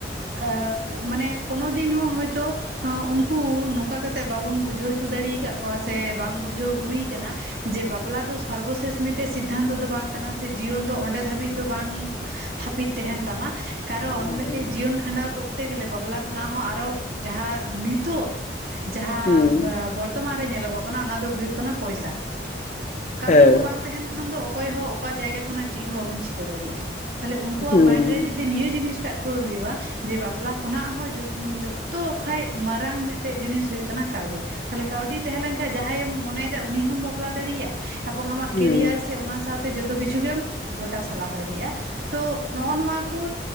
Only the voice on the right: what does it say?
ᱮ ᱢᱟᱱᱮ ᱠᱚᱱᱳ ᱫᱤᱱ ᱦᱚᱸ ᱦᱚᱭᱛᱳ ᱩᱱᱠᱩ ᱱᱚᱝᱠᱟ ᱠᱟᱛᱮᱜ ᱵᱟᱵᱚᱱ ᱵᱩᱡᱷᱟᱹᱣ ᱦᱚᱪᱚ ᱫᱟᱲᱮ ᱟᱠᱟᱫ ᱠᱚᱣᱟ ᱥᱮ ᱵᱟᱝ ᱵᱩᱡᱷᱟᱹᱣ ᱦᱩᱭ ᱟᱠᱟᱱᱟ ᱡᱮ ᱵᱟᱯᱞᱟ ᱫᱚ ᱥᱚᱨᱵᱚᱥᱮᱥ ᱢᱤᱫᱴᱮᱡ ᱥᱤᱫᱽᱫᱷᱟᱱᱛᱚ ᱫᱚ ᱵᱟᱝ ᱠᱟᱱᱟ ᱥᱮ ᱡᱤᱭᱚᱱ ᱫᱚ ᱚᱸᱰᱮ ᱫᱷᱟᱹᱵᱤᱡ ᱫᱚ ᱵᱟᱝ ᱛᱷᱟᱯᱤᱛ ᱛᱟᱦᱮᱱ ᱛᱟᱢᱟ ᱠᱟᱨᱚᱱ
ᱢᱤᱫ ᱠᱷᱟᱸᱰᱟᱣ ᱠᱚᱨᱛᱮ ᱜᱮᱞᱮ ᱵᱟᱯᱞᱟ ᱠᱷᱚᱱᱟᱜ ᱦᱚᱸ ᱟᱨᱦᱚᱸ ᱡᱟᱦᱟᱸ ᱱᱤᱛᱚᱜ ᱡᱟᱦᱟᱸ
ᱵᱚᱨᱛᱚᱢᱟᱱ ᱨᱮ ᱧᱮᱞᱚᱜᱚᱜ ᱠᱟᱱᱟ ᱚᱱᱟ ᱫᱚ ᱦᱩᱭᱩᱜ ᱠᱟᱱᱟ ᱯᱚᱭᱥᱟ᱾ ᱠᱟᱹᱣᱰᱤ
ᱠᱚ ᱵᱟᱝ ᱛᱟᱦᱮᱱ ᱠᱷᱟᱱ ᱫᱚ ᱚᱠᱚᱭ ᱦᱚᱸ ᱚᱠᱟ ᱡᱟᱭᱜᱟ ᱠᱷᱚᱱᱟᱜ ᱪᱮᱫ ᱦᱚᱸ ᱵᱟᱵᱚᱱ ᱪᱤᱠᱟᱹ ᱫᱟᱲᱮᱭᱟᱜ-ᱟ᱾ ᱛᱟᱦᱚᱞᱮ ᱩᱱᱠᱩᱣᱟᱜ
ᱢᱟᱭᱤᱱᱰ ᱨᱮ ᱡᱩᱫᱤ ᱱᱤᱭᱟᱹ ᱡᱤᱱᱤᱥ ᱴᱟᱜ ᱠᱷᱟᱹᱲ ᱦᱩᱭᱩᱜ-ᱟ᱾ ᱡᱮ ᱵᱟᱯᱞᱟ ᱠᱷᱚᱱᱟᱜ ᱦᱚᱸ ᱡᱚᱛᱚ ᱠᱷᱚᱡ ᱢᱟᱨᱟᱝ ᱢᱤᱫᱴᱮᱡ ᱡᱤᱱᱤᱥ ᱦᱩᱭᱩᱜ ᱠᱟᱱᱟ ᱠᱟᱹᱣᱰᱤ᱾ ᱛᱟᱦᱚᱞᱮ ᱠᱟᱹᱣᱰᱤ ᱛᱟᱦᱮᱸ ᱞᱮᱱᱠᱷᱟᱱ ᱡᱟᱦᱟᱸᱭᱮᱢ ᱢᱚᱱᱮᱭᱮᱫᱟ ᱩᱱᱤ ᱦᱚᱸᱢ ᱵᱟᱯᱞᱟ ᱫᱟᱲᱮᱭᱟᱭᱟ ᱾ ᱮᱵᱚᱝ ᱟᱢᱟᱜ
ᱠᱮᱨᱤᱭᱟᱨ ᱥᱮ ᱚᱱᱟ ᱥᱟᱶ ᱼ-ᱛᱮ ᱡᱚᱛᱚ ᱠᱤᱪᱷᱩ ᱜᱮᱢ ᱜᱚᱴᱟ ᱥᱟᱞᱟ ᱫᱟᱲᱮᱭᱟᱜ-ᱟ᱾ ᱛᱚ ᱱᱚᱜ-ᱚ ᱱᱚᱣᱟ ᱠᱚ